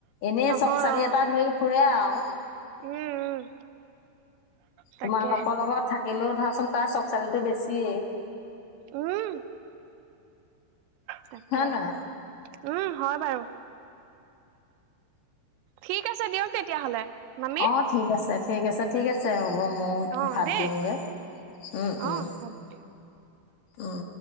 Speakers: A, on the left (about 60°); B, on the right (about 80°).
A: এনেই
B: নহয়
A: চক চালি
B: অ
A: এটা ধৰি ফুৰে আও
B: উম, উম। তাকেহে
A: তোমালোকৰ লগত থাকিলেও ধৰাচোন তাৰ চব চালিতো বেছি।
B: উম। তাকে,
A: হয় নাই?
B: উম হয় বাৰু। ঠিক আছে দিয়ক তেতিয়াহ'লে মামি
A: অ', ঠিক আছে, ঠিক আছে ঠিক, আছে হ'ব। ময়ো
B: অ
A: ভাত
B: দেই
A: দিওগে উম,
B: অ
A: উম,
B: হ'ব দিয়ক
A: উম।